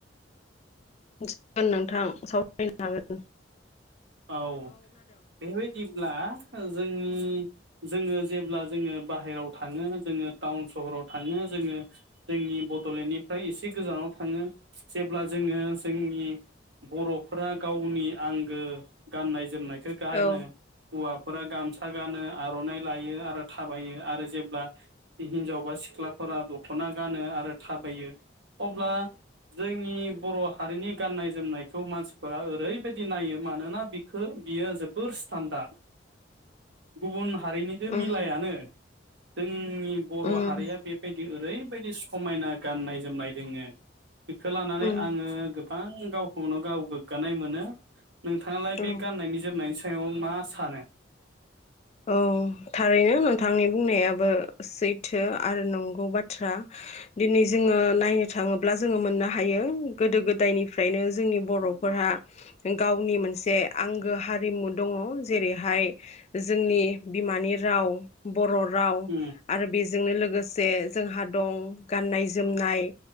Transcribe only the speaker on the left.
<unintelligible> जागोन नोंथां सावरायनो हागोन।
औ
उम
उम
उम
औ
औ थारैनो नो थांनि बुंनायाबो सैथो आरो नंगौ बाथ्रा दिनै जोङो नायनो थाङोब्ला जोङो मोननो हायो गोदो गोदायनिफ्रायनो जोंनि बर'फोराहा गावनि मोनसे आंगो हारिमु दङ। जेरैहाय जोंनि बिमानि राव बर' राव
आरो बेज जोंनो लोगोसे जोंहा दं गाननाय जोमनाय